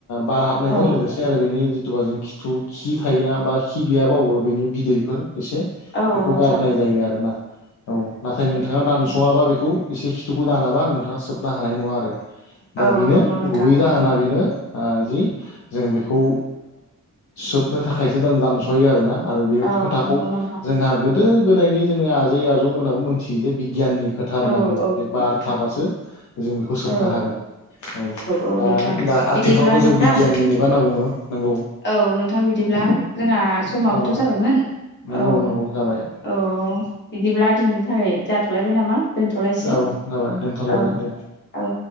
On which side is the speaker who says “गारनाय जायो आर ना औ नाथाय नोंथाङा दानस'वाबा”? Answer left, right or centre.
Left